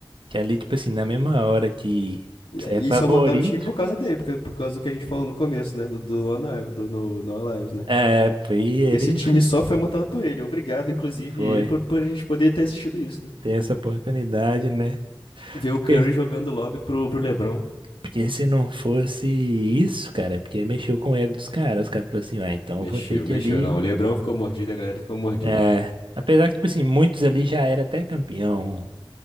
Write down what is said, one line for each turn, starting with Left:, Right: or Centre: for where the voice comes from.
Right: Que ali, tipo assim, na mesma hora que
Left: E
Right: você é favorito,
Left: e só montaram o time por causa dele, porque- por causa do que a gente falou no começo, né? Do, do, Lona- do no, no Lions, né?
Right: é, foi ele
Left: Esse time
Right: fi-
Left: só foi montado por ele. Obrigado, inclusive,
Right: foi.
Left: ele, por, por a gente poder ter assistido isso, né?
Right: Tem essa oportunidade, né?
Left: Ver o
Right: Porque,
Left: Curry jogando lobby pro, pro LeBron.
Right: porque se não fosse isso, cara, é porque mexeu com o ego dos caras. Os caras falaram assim, ah, então
Left: Mexeu,
Right: eu vou ter que
Left: mexeu.
Right: ali.
Left: Não, o LeBron ficou mordido, a galera ficou mordida.
Right: É, apesar que, tipo assim, muitos ali já era até campeão